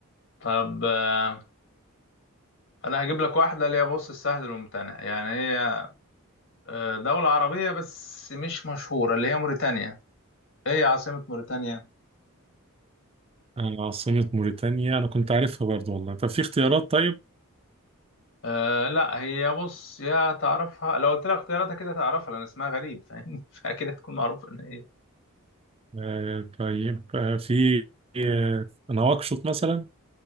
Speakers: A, on the left; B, on the right.
A: طب آه، انا هجيب لك واحدة اللي هي بص السهل الممتنع يعني هي آه، دولة عربية بس مش مشهورة اللي هي موريتانيا ايه هي عاصمة موريتانيا
B: آه، عاصمة موريتانيا انا كنت عارفها برضو والله طب في اختيارات طيب
A: أه لا هي بص يا تعرفها لو قلت لها اختياراتها كده تعرفها لان اسمها غريب فاهمني <laughs> فاكيد هتكون معروفة ان هي
B: أه طيب أه في آه، نواكشوط مثلا